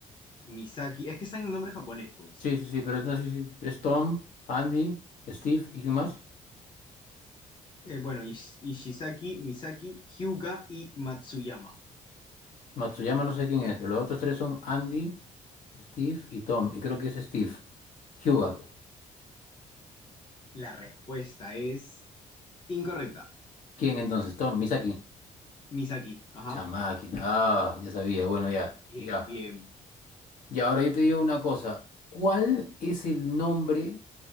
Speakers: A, on the left; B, on the left.
A: Misaki, es que están en nombre japonés, pues.
B: Sí, sí, sí, pero no, sí, sí. Es Tom, Andy, Steve y quién más.
A: Eh, bueno, Ish- Ishizaki, Misaki, Hyuga y Matsuyama.
B: Matsuyama no sé quién es, pero los otros tres son Andy, Steve y Tom. Y creo que es Steve. Hyuga.
A: La respuesta es incorrecta.
B: ¿Quién entonces? Tom, Misaki.
A: Misaki, ajá.
B: Chamaki. Ah, ya sabía. Bueno, ya.
A: Bien,
B: Ya.
A: bien.
B: Y ahora yo te digo una cosa. ¿Cuál es el nombre